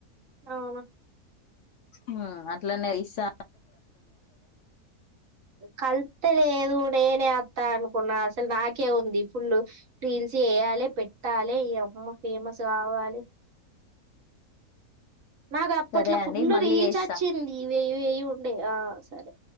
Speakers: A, on the right; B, on the left.
A: అవునా
B: హా అట్లనే ఇస్స
A: కల్తలేదు నేనే అత్తా అనుకున్నా అసలు నాకే ఉంది ఫుల్ రీల్స్ చేయాలే పెట్టాలే ఈ అమ్మ ఫేమస్ కావాలే నాకు అప్పట్లో
B: సరే
A: ఫుల్
B: అండి మళ్ళీ
A: రీచ్
B: చేస్తా
A: అచ్చింది వెయ్యి వెయ్యి ఉండే ఆ సరే